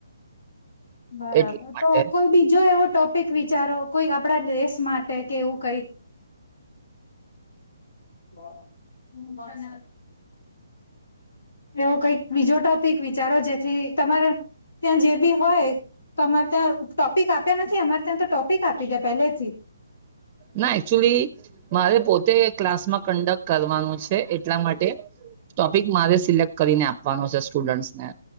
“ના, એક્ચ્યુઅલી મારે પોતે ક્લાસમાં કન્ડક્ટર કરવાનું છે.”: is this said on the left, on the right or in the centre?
Right